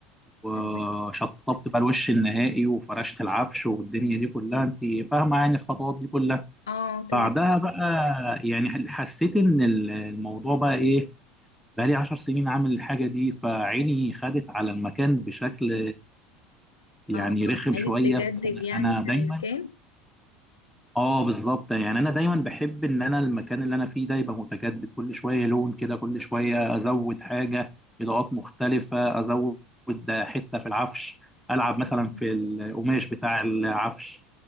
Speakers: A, in the centre; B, on the left (about 80°).
A: وشطبت
B: تمام
A: بقى الوش النهائي وفرشت العفش والدنيا دي كلها انت فاهمه يعني الخطوات دي كلها
B: اه تمام
A: بعدها بقى يعني هل- حسيت ان ال- الموضوع بقى ايه بقى لي 10 سنين عامل الحاجه دي فعيني خدت على المكان بشكل يعني
B: اه
A: رخم
B: عايز
A: شويه
B: تجدد
A: فانا
B: يعني
A: أنا
B: في
A: دايما
B: المكان
A: اه بالظبط يعني انا دايما بحب ان انا المكان اللي انا فيه ده يبقى متجدد كل شويه لون كده كل شويه ازود حاجه اضاءات مختلفه ازود حته في العفش العب
B: تمام
A: مثلا في القماش بتاع العفش